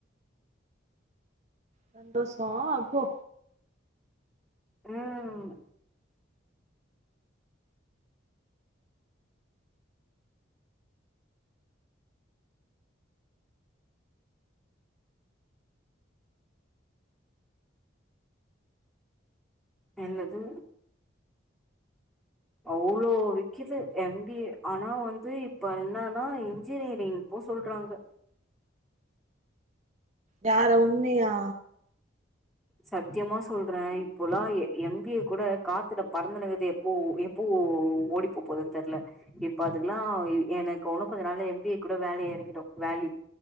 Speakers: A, on the right; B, in the centre.
A: சந்தோஷோ போ
B: ம் என்னது அவ்ளோ விக்கிது எம் ‌பி ஏ‌ ஆனா வந்து இப்ப என்னன்னா இன்ஜினியரிங் போ சொல்றாங்க
A: யார உண்ணியா
B: சத்யமா சொல்ற இப்போலா எம் பி ஏ கூட காத்துல பரந்துனுகுது ஓ எப்போ ஓடி போ போது தெர்ல இப்ப அதுக்கல்லா எனக் உண்ணு கொஞ்ச நாள் எம் பி‌ ஏ‌ கூட வேலி எறங்கிடு வேல்யூ